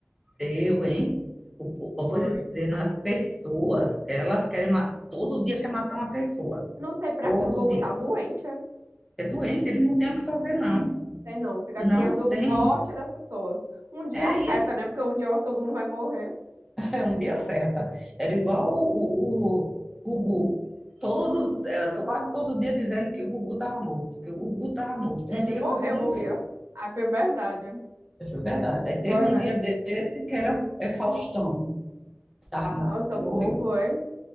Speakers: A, in the centre; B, on the right.
A: eu, hein? O po- eu
B: Foi.
A: vou dizer, nas pessoas, elas querem matar, todo dia quer matar uma pessoa,
B: Não sei pra
A: todo
B: quê, o povo
A: dia.
B: tá doente. é?
A: É doente, eles não têm o que fazer, não.
B: Tem não, fica
A: Não
B: criando
A: tem.
B: morte das pessoas. Um dia
A: É,
B: acerta,
A: e esse
B: né? Porque um dia todo mundo vai morrer.
A: é um dia certo. Era igual o, o, o Gugu. Todo, era to- quase todo dia dizendo que o Gugu estava morto, que o Gugu estava morto.
B: Ele
A: Um dia
B: morreu
A: o Gugu morreu.
B: um dia. Ah, foi verdade.
A: Foi verdade. Aí teve
B: Foi,
A: um
B: velho.
A: dia desse que
B: Hum.
A: era é Faustão da Ramonca,
B: Nossa,
A: que
B: o
A: morreu.
B: povo, hein?